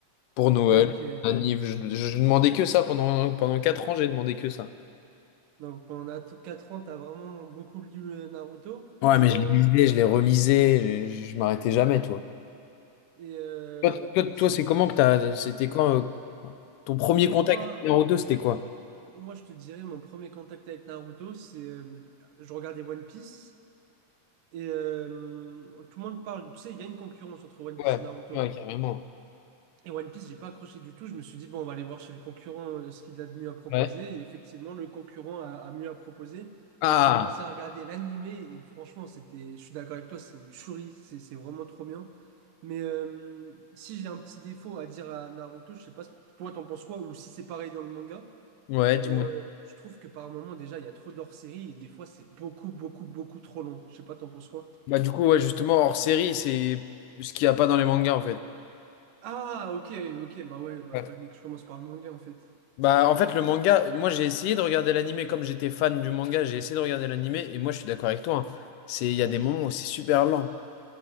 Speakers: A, on the left; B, on the right.
A: Pour Noël,
B: Ok.
A: anniv, je, je- je demandais que ça. Pendant, pendant 4 ans, j'ai demandé que ça.
B: Donc, pendant 4 ans, t'as vraiment beaucoup lu euh, Naruto.
A: Ouais,
B: Et,
A: mais je
B: euh,
A: les lisais, je les relisais, je, je m'arrêtais jamais, toi.
B: et euh,
A: Toi, toi,
B: s-
A: toi, c'est comment que t'as, c'était quand euh, ton premier
B: moi.
A: contact avec Naruto, c'était quoi?
B: Moi, je te dirais, mon premier contact avec Naruto, c'est euh, je regardais One Piece et euh, tout le monde parle. Tu sais, il y a une concurrence entre One
A: Ouais,
B: Piece et Naruto.
A: ouais, carrément.
B: Et One Piece, j'ai pas accroché du tout. Je me suis dit, bon, on va aller voir chez le concurrent euh, ce qu'il a de mieux à proposer.
A: Ouais.
B: Et effectivement, le concurrent a, a mieux à proposer.
A: Ah,
B: J'ai commencé à regarder l'animé et franchement, c'était, je suis d'accord avec toi, c'est une tuerie. C'est c'est vraiment trop bien. Mais euh, si j'ai un petit défaut à dire à Naruto, je sais pas, toi, t'en penses quoi ou si c'est pareil dans le manga.
A: ouais,
B: Mais
A: dis-moi.
B: euh, je trouve que par moment, déjà, il y a trop d'hors-série et des fois, c'est beaucoup, beaucoup, beaucoup trop long. Je sais pas, t'en penses quoi?
A: Bah, du coup, ouais, justement, hors série, c'est ce qu'il n'y a pas dans les mangas, en fait.
B: Ah, ok, ok, bah ouais, bah
A: Ouais.
B: fallait que je commence par le manga en fait.
A: Bah, en fait, le manga, moi j'ai essayé de regarder l'animé comme j'étais fan du manga, j'ai essayé de regarder l'animé et moi je suis d'accord avec toi. hein. C'est, il y a des moments où c'est super lent.